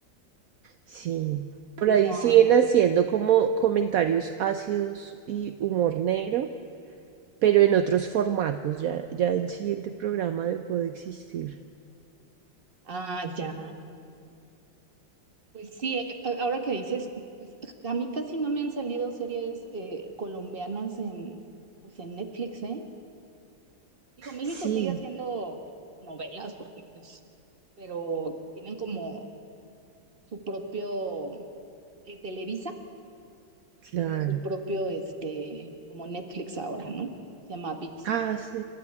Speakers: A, on the right; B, on the right.
A: Sí, por
B: Sí,
A: ahí
B: no.
A: siguen haciendo como comentarios ácidos y humor negro, pero en otros formatos. Ya, ya el siguiente programa dejó de existir.
B: Ah, ya. Pues sí, eh, a- ahora que dices, pues a mí casi no me han salido series eh, colombianas en, pues en Netflix, ¿eh? Digo, México
A: Sí,
B: sigue haciendo novelas porque pues pero tienen como su propio, eh, Televisa
A: claro.
B: tiene su propio, este, como Netflix ahora, ¿no? Se llama ViX.
A: Ah, sí.